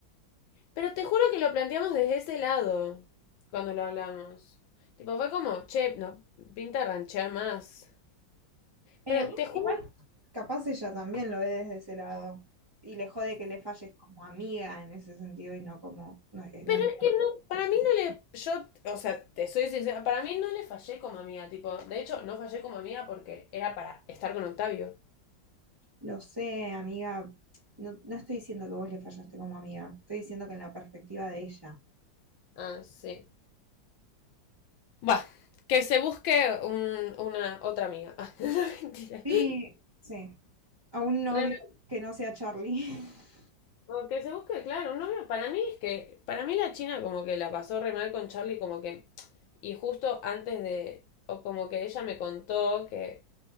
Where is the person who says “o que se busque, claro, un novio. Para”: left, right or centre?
Left